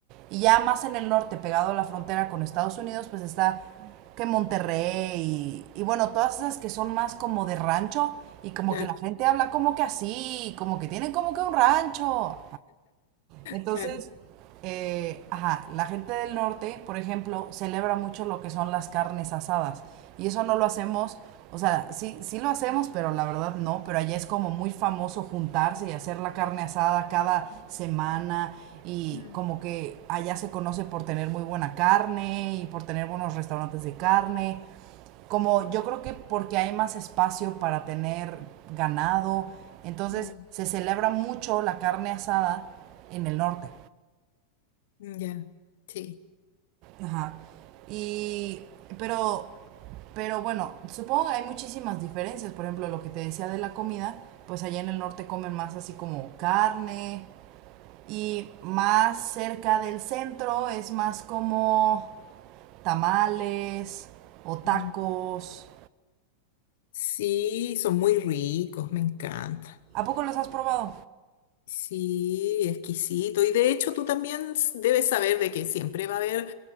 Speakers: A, on the right; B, on the left.
A: y ya más en el norte, pegado a la frontera con Estados Unidos, pues está que Monterrey, y, y bueno, todas esas que son más como de rancho, y como
B: Claro,
A: que la gente habla como que así, como que tienen como que un rancho. Entonces,
B: claro.
A: eh, ajá, la gente del norte, por ejemplo, celebra mucho lo que son las carnes asadas. Y eso no lo hacemos, o sea, sí, sí lo hacemos, pero la verdad no. Pero allá es como muy famoso juntarse y hacer la carne asada cada semana. Y
B: Mm,
A: como que allá se conoce por tener muy buena carne y por tener buenos restaurantes de carne. Como yo creo que porque hay más espacio para tener ganado, entonces
B: mm,
A: se celebra mucho la carne asada en el norte.
B: mm, ya, sí.
A: Ajá. Y, pero, pero bueno, supongo que hay muchísimas diferencias. Por ejemplo, lo que te decía de la comida, pues allá en el norte comen más así como carne y más cerca del centro es más como tamales o tacos.
B: mm. Sí, son muy ricos, me encanta.
A: ¿A poco los has probado?
B: Sí, exquisito. Y de hecho tú también s- debes saber de que siempre va a haber